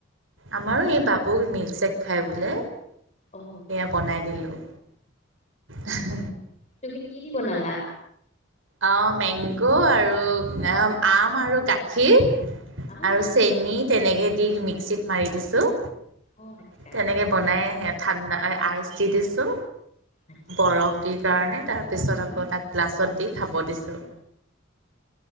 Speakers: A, on the right; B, on the left.
A: আমাৰো এই বাবুক মিল চেক খায় বোলে,
B: অ
A: এয়া বনাই দিলোঁ। এশেহ
B: তুমি কি দি বনালা?
A: অ' মেংগো আৰু আম আৰু গাখীৰ।
B: অ
A: আৰু চেনি তেনেকৈ দি মিক্সিত মাৰি দিছোঁ।
B: অ আচ্ছা
A: তেনেকে বনাই ঠাণ্ডা আইচ দি দিছোঁ।
B: আচ্ছা
A: বৰফ দি কাৰণে তাৰপিছত আকৌ
B: উম।
A: তাক গিলাছত দি খাব দিছোঁ।